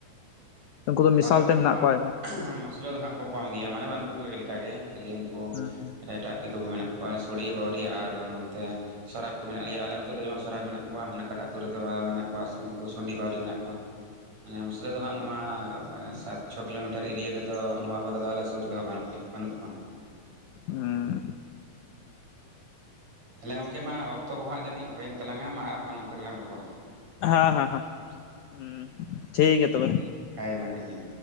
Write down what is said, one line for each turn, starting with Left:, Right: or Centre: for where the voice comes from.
Left: ᱩᱱᱠᱩ ᱫᱚ ᱢᱮᱥᱟᱞ
Right: ᱚᱞᱮ ᱱᱚᱛᱮ
Left: ᱛᱮ ᱢᱮᱱᱟᱜ
Right: ᱫᱚ
Left: ᱠᱚᱣᱟ ᱟᱭᱢᱟ
Right: ᱦᱟᱸᱜ ᱢᱩᱥᱞᱟᱹ ᱫᱚ ᱦᱟᱸᱜ ᱠᱚ ᱠᱚᱢ ᱜᱮᱭᱟ ᱢᱟᱱᱮ ᱵᱟᱹᱱᱩᱜ ᱠᱚᱜᱮᱠᱟ ᱜᱮ ᱠᱷᱟᱹᱞᱤ ᱩᱱᱠ ᱩ
Left: ᱦᱩᱸ
Right: ᱮᱴᱟᱜ ᱫᱤᱠᱩ ᱠᱚ ᱢᱮᱱᱟᱜ ᱠᱚᱣᱟ ᱥᱩᱲᱤ ᱵᱟᱹᱣᱨᱤ ᱟᱨ ᱱᱚᱛᱮ ᱥᱟᱨᱟᱠ ᱠᱩ ᱢᱮᱱᱟᱜ ᱞᱮᱭᱟ ᱟᱞᱮ ᱟᱛᱩᱨᱮ ᱡᱮᱢᱚᱱ ᱥᱟᱨᱟᱠ ᱢᱮᱱᱟᱜ ᱠᱚᱣᱟ ᱦᱟᱱᱟᱠᱟᱴᱟᱜ ᱟᱹᱛᱩ ᱨᱮᱫᱚ ᱢ ᱢᱮᱱᱟᱜ ᱠᱚᱣᱟ ᱩᱱᱠᱩ ᱥᱩᱱᱰᱤ ᱵᱟᱹᱣᱨᱤ ᱢᱮᱱᱟᱜ ᱠᱚᱣᱟ
Left: <inaudible>
Right: ᱢᱟᱱᱮ ᱢᱩᱥᱞᱟᱹ ᱫᱚ ᱦᱟᱸᱜ ᱱᱚᱣᱟᱻ ᱥᱟᱛ ᱪᱷᱚ ᱠᱤᱞᱳᱢᱤᱴᱟᱨ ᱮᱨᱤᱭᱟ ᱨᱮᱫᱚ ᱱᱚᱣᱟ ᱠᱚᱨᱮ ᱫᱚ ᱟᱞᱮ ᱥᱩᱨ ᱨᱮᱫᱚᱦᱚ ᱵᱟᱹᱱᱩᱜ ᱞᱮᱭᱟ ᱵᱟᱹᱱᱩᱜ ᱠᱚᱣᱟ
Left: ᱦᱩᱸ
Right: ᱛᱟᱦᱚᱞᱮ ᱜᱚᱝᱠᱮ ᱢᱟ ᱚᱠᱛᱚ ᱠᱚ ᱦᱟᱸᱜ ᱡᱟᱹᱱᱤᱡ ᱦᱳᱭ ᱮᱱ ᱛᱟᱞᱟᱝᱼᱟ ᱢᱟ ᱟᱨᱦᱚᱸ ᱱᱚᱝᱠᱟ ᱜᱮᱞᱟᱝ ᱨᱚᱯᱚᱲᱟ᱾
Left: ᱦᱟᱸ ᱦᱟᱸ ᱦᱟᱸ <unintelligible> ᱴᱷᱤᱠ ᱜᱮᱭᱟ ᱛᱚᱵᱮ᱾
Right: ᱦᱟᱭ ᱢᱟ ᱴᱤᱡᱚᱢ᱾